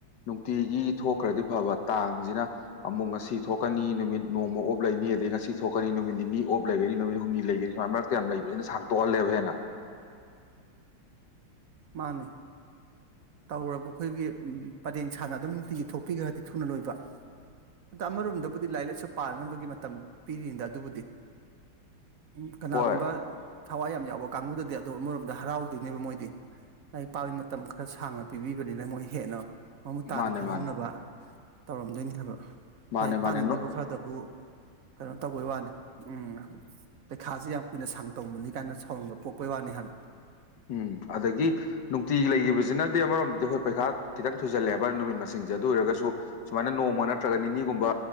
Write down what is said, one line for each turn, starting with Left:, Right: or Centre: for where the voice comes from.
Left: ꯅꯨꯡꯇꯤꯒꯤ ꯊꯣꯛꯈ꯭ꯔꯗꯤ ꯐꯕ ꯇꯥꯡꯖꯤꯅ ꯑꯃꯨꯛ ꯉꯁꯤ ꯊꯣꯛꯀꯅꯤ ꯅꯨꯃꯤꯠ ꯅꯣꯡꯃ ꯑꯣꯞ ꯂꯩꯅꯤ ꯑꯗꯩ ꯉꯁꯤ ꯊꯣꯛꯀꯅꯤ ꯅꯨꯃꯤꯠ ꯅꯤꯅꯤ ꯑꯣꯞ ꯂꯩꯒꯅꯤ ꯅꯨꯃꯤꯠ ꯍꯨꯝꯅꯤ ꯂꯩꯒꯅꯤ ꯁꯨꯃꯥꯏ ꯃꯛ ꯀꯌꯥꯝ ꯂꯩꯕꯁꯤꯅ ꯁꯥꯡꯇꯣꯛꯍꯜꯂꯦꯕ ꯍꯦꯟꯅ
Right: ꯃꯥꯅꯦ ꯇꯧꯔꯕ ꯑꯩꯈꯣꯏꯒꯤ ꯎ ꯄꯔꯦꯡ ꯁꯥꯅ ꯑꯗꯨꯝ ꯅꯨꯡꯇꯤꯒꯤ ꯊꯣꯛꯄꯤꯒꯔꯗꯤ ꯊꯨꯅ ꯂꯣꯏꯕ ꯑꯗ ꯑꯃꯔꯣꯝꯗꯕꯨꯗꯤ ꯂꯥꯏꯔꯤꯛ ꯂꯥꯏꯁꯨ ꯄꯥꯅꯕꯒꯤ ꯃꯇꯝ ꯄꯤꯔꯤꯅꯤꯗ ꯑꯗꯨꯕꯨꯗꯤ ꯎ ꯀꯅꯥꯒꯨꯝꯕ
Left: ꯍꯣꯏ
Right: ꯊꯋꯥꯏ ꯌꯥꯝ ꯌꯥꯎꯕ ꯀꯥꯡꯕꯨꯗꯗꯤ ꯑꯗꯣ ꯑꯃꯔꯣꯝꯗ ꯍꯔꯥꯎꯗꯣꯏꯅꯦꯕ ꯃꯣꯏꯗꯤ ꯂꯥꯏꯔꯤꯛ ꯄꯥꯕꯩ ꯃꯇꯝ ꯈꯔ ꯁꯥꯡꯅ ꯄꯤꯕꯤꯕꯅꯤꯅ ꯃꯣꯏ ꯍꯦꯟꯅ ꯃꯃꯨꯠ ꯇꯥꯅ
Left: ꯃꯥꯅꯦ
Right: ꯈꯪꯍꯧꯅꯕ
Left: ꯃꯥꯅꯦ
Right: ꯇꯧꯔꯝꯗꯣꯏꯅꯦ ꯊꯕꯛ
Left: ꯃꯥꯅꯦ
Right: ꯂꯥꯏꯔꯤꯛ
Left: ꯃꯥꯅꯦ
Right: ꯄꯥꯅꯤꯡꯗꯕ ꯈꯔꯗꯕꯨ ꯀꯩꯅꯣ ꯇꯧꯕꯩ ꯋꯥꯅꯤ ꯎꯝ ꯄꯩꯈꯥꯁꯦ ꯌꯥꯝ ꯀꯨꯏꯅ ꯁꯥꯡ ꯇꯧꯃꯜꯂꯤ ꯀꯥꯏꯅ ꯁꯥꯎꯅꯤꯡꯕ ꯄꯣꯛꯄꯩ ꯋꯥꯅꯤ ꯍꯥꯏꯕ
Left: ꯎꯝ ꯑꯗꯒꯤ ꯅꯨꯡꯇꯤꯒꯤ ꯂꯩꯒꯤꯕꯁꯤꯅꯗꯤ ꯑꯃꯔꯣꯝꯗꯗꯤ ꯑꯩꯈꯣꯏ ꯄꯩꯈꯥ ꯈꯤꯇꯪ ꯊꯨꯖꯜꯂꯦꯕ ꯅꯨꯃꯤꯠ ꯃꯁꯤꯡꯁꯦ ꯑꯗꯨ ꯑꯣꯏꯔꯒꯁꯨ ꯁꯨꯃꯥꯏꯅ ꯅꯣꯡꯃ ꯅꯠꯇ꯭ꯔꯒ ꯅꯤꯅꯤꯒꯨꯝꯕ